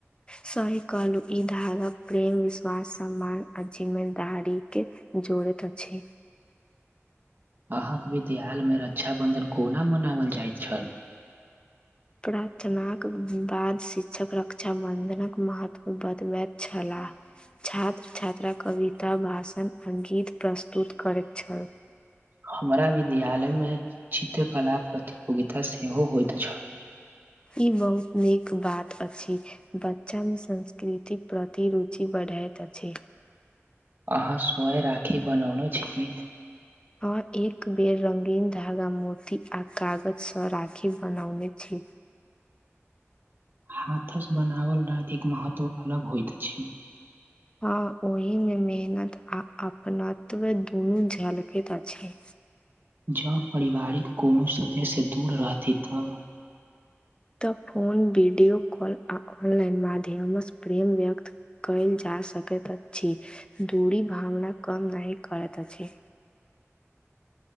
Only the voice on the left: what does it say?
सही कहलौं ई धागा प्रेम, विश्वास आ मान आ जिम्मेदारीके जोड़ैत अछी।
प्रार्थनाक बाद शिक्षक रक्षाबंधनक महत्व बतबैत छला। छात्र छात्रा कविता, भाषण आ गीत प्रस्तुत करैत छल।
ई बहुत नीक बात अछी, ब चन्द संस्कृतिक प्रति रुचि बढ़ैत अछी।
हं एक बेर रंगीन धागा, मोती आ कागज सं राखी बनौने छी।
हॅं ओहि मे मेहनत आ अपना तबे दुनू झलकैत अछि।
तऽ फोन वीडियो कॉल आ ऑनलाइन माध्यम सँ प्रेम व्यक्त कयल जा सकैत अछि। दूरी भावना कम नहीं करैत अछि।